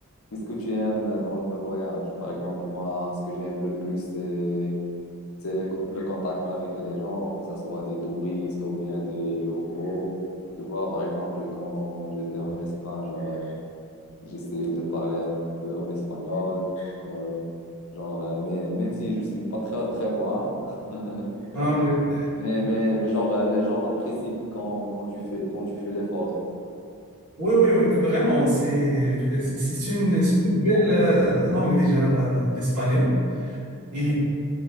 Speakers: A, on the left; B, on the right.
A: qu'est-ce que tu aimes dans le voyage? Par exemple, moi, ce que j'aime le plus, c'est C'est le, le contact avec les gens, que ce soit des touristes ou bien des locaux. Tu vois, par exemple, quand j'étais en Espagne, genre, euh, j'essayais de parler un peu en espagnol, quand, genre, euh, mais même si je suis pas très, très bon, hein, <laughs>
B: hein, oui.
A: mais, mais, mais genre, euh, les gens apprécient quand, quand tu fais, quand tu fais l'effort.
B: Oui, oui, oui, vraiment, c'est c'est c'est une, c'est une belle euh, langue déjà, la- la- l'espagnol. Il est